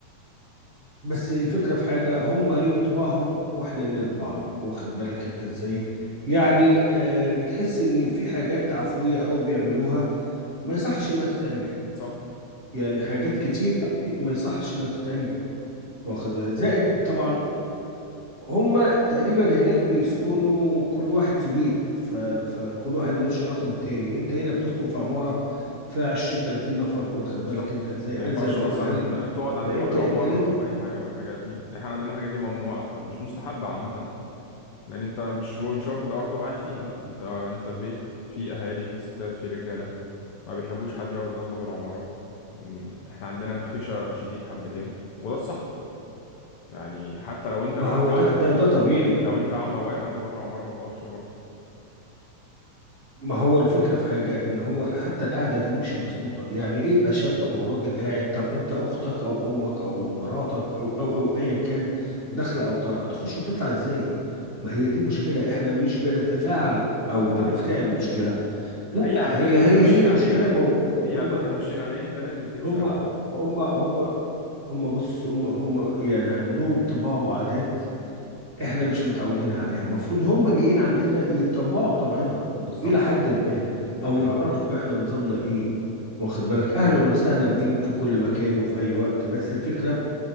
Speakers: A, on the right (about 40°); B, on the left (about 90°).
A: بس الفكرة في حاجة هم ليهم طباعهم واحنا لينا طباعنا واخد بالك انت ازاي يعني
B: بالظبط
A: آه، بتحس ان في حاجات عفوية قوي بيعملوها ما يصحش انها تتعمل
B: صح
A: يعني حاجات كتير قوي ما يصحش انها تتعمل واخد بالك زائد طبعا هم تقريبا هناك بيسكنوا كل واحد في بيت ف... فكل واحد ملوش علاقة بالتاني انت هنا بتسكن في عمارة فيها 20 30 نفر واخد
B: بالظبط
A: بالك انت ازاي
B: ما ينفعش
A: ازيد
B: مثلا
A: او اقل
B: تقعد عند
A: فانت
B: باب العمارة
A: انت لازم
B: او اي حاجة من الحاجات دي احنا عندنا الحاجات دي ممنوعة او مش مستحبة عامة لان انت مش مش واخد ارض وقاعد فيها لا انت انت في بيت فيه اهالي فيه ستات فيه رجالة ما بيحبوش حد يقعد قدام باب العمارة إن- احنا عندنا الخشة شديد حبتين وده الصح يعني حتى لو انت
A: ما
B: لو
A: هو
B: انت اعمى
A: ده ده ده طبيعي
B: لو انت اعمى واقف عند باب العمارة ما تقفش برضه
A: ما هو الفكرة في حاجة إن هو حتى القعدة دي مش مظبوطة يعني إيه يبقى شاب أو راجل قاعد طب أنت أختك أو أمك أو مراتك أو أو أو أيا كان داخلة أو طالعة تخش وتطلع إزاي؟ ما هي دي مشكلة إحنا مش بنتفاعل أو بنفتعل
B: لا لا
A: مشكلة لا
B: هي عادات
A: هي
B: احنا
A: هي
B: ماشيين
A: هي مشكلة
B: عليها
A: موجودة
B: هي
A: هم
B: عادات احنا ماشيين عليها انت لازم تمشي
A: هم
B: عليها
A: هم هم هم بص هم هم يعني عندهم طباع وعادات احنا مش متعودين عليها المفروض هم جايين عندنا يتطبعوا بطبعنا
B: بالظبط
A: الى حد ما
B: ده
A: او
B: حقيقي
A: يعرفوا احنا نظامنا ايه واخد بالك اهلا وسهلا بيهم في كل مكان وفي اي وقت بس الفكرة